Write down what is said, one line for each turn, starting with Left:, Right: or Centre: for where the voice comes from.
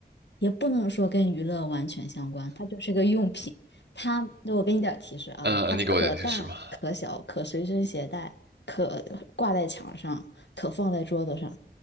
Left: 也不能说跟娱乐完全相关，它就是个用品。它，我给你点儿提示啊，
Right: 嗯，呃你给我点提示吧。
Left: 它可大可小，可随身携带，可挂在墙上，可放在桌子上。